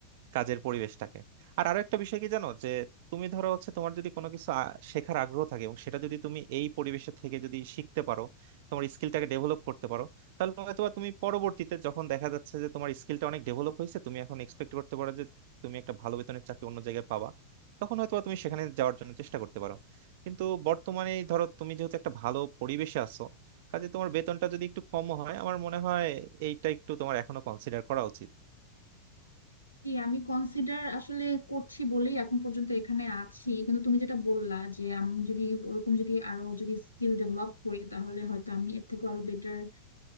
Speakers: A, on the right (about 50°); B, on the left (about 85°).
A: কাজের পরিবেশটাকে আর আরো একটা বিষয় কি জানো যে তুমি ধরো হচ্ছে তোমার যদি কোনো কিছু আ- শেখার আগ্রহ থাকে এবং সেটা যদি তুমি এই পরিবেশে থেকে যদি শিখতে পারো তোমার স্কিলটাকে ডেভেলপ করতে পারো তাহলে হয়তো বা তুমি পরবর্তীতে যখন দেখা যাচ্ছে যে তোমার স্কিলটা অনেক ডেভেলপ হয়েছে তুমি এখন এক্সপেক্ট করতে পারো যে তুমি একটা ভালো বেতনের চাকরি অন্য জায়গায় পাবা তখন হয়তো বা তুমি সেখানে যাওয়ার জন্য চেষ্টা করতে পারো কিন্তু বর্তমানে এই ধরো তুমি যেহেতু একটা ভালো পরিবেশে আছো কাজে তোমার বেতনটা যদি একটু কম হয় আমার মনে হয় এইটা একটু তোমার এখনো কনসিডার করা উচিত
B: জি আমি কনসিডার আসলে করছি বলেই এখন পর্যন্ত এখানে আছি কিন্তু তুমি যেটা বললা যে আমি যদি ওরকম যদি আরো যদি স্কিল ডেভেলপ করি তাহলে হয়তো আমি এর থেকে আরো বেটার